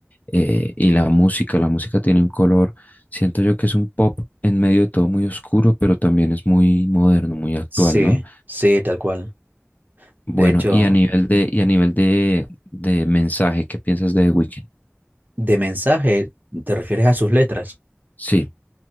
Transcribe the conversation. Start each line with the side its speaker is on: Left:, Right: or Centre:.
Left: eh, y la música, la música tiene un color, siento yo que es un pop en medio de todo muy oscuro, pero también es muy moderno, muy actual,
Right: Sí,
Left: ¿no?
Right: sí, tal cual. De
Left: Bueno,
Right: hecho,
Left: y a nivel de, y a nivel de, de mensaje, ¿qué piensas de The Weeknd?
Right: de mensaje, ¿te refieres a sus letras?
Left: Sí.